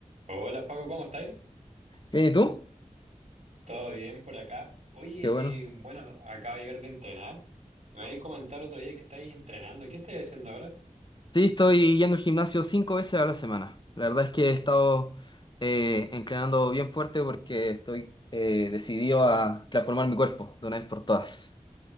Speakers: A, on the right; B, on the left.
A: Hola Facu, ¿cómo estáis?
B: Bien, ¿y tú?
A: ¿Todo bien por acá? Oye,
B: Qué bueno.
A: eh, bueno, acabo de llegar de entrenar. Me habéis comentado el otro día que estáis entrenando. ¿Qué estáis haciendo ahora?
B: Sí, estoy yendo al gimnasio cinco veces a la semana. La verdad es que he estado eh, entrenando bien fuerte porque estoy eh, decidido a transformar mi cuerpo de una vez por todas.